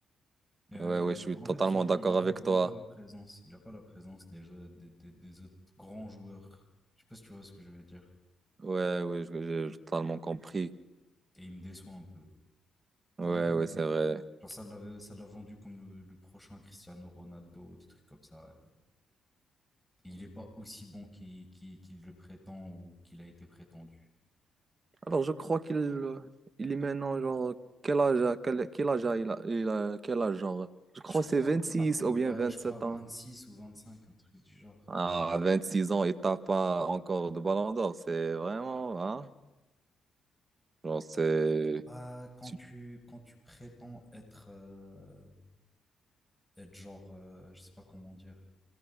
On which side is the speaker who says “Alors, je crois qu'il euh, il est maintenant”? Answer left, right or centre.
Right